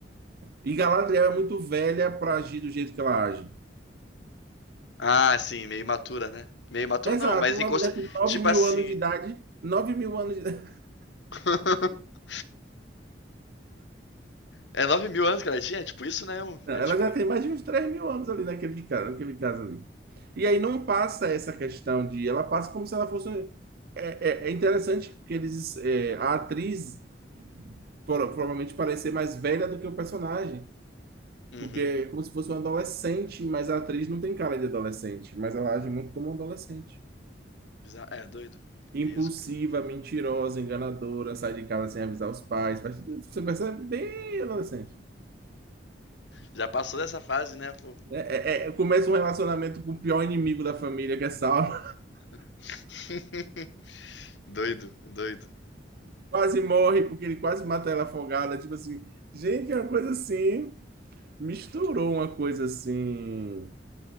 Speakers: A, on the right; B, on the left.
A: E Galadriel é muito velha para agir do jeito que ela age.
B: Ah, sim, meio imatura, né? Meio imatura
A: Exato,
B: não, mas
A: uma
B: inconsci...
A: mulher com nove
B: Tipo
A: mil
B: assim.
A: anos de idade. nove mil anos de idade.
B: <laughs> É nove mil anos que ela tinha? É tipo isso, né?
A: <laughs>
B: um-
A: Não,
B: É
A: ela
B: tipo.
A: já
B: é.
A: tem mais de uns 3 mil anos ali naquele caso, naquele caso ali. E aí não passa essa questão de. Ela passa como se ela fosse. É, é, é interessante porque eles. é, a atriz pro- provavelmente parecer mais velha do que o personagem.
B: Uhum.
A: Porque é como se fosse uma adolescente, mas a atriz não tem cara de adolescente, mas ela age muito como uma adolescente.
B: Bizar- É, doido.
A: impulsiva,
B: Isso.
A: mentirosa, enganadora, sai de casa sem avisar os pais, faz tudo isso. Você percebe bem adolescente.
B: Já passou dessa fase, né, pô?
A: né? É, é- é, começa um relacionamento com o pior inimigo da família, que é Saulo.
B: <laughs> Doido, doido.
A: <laughs> Quase morre porque ele quase mata ela afogada. Tipo assim, gente, é uma coisa assim. Misturou uma coisa assim,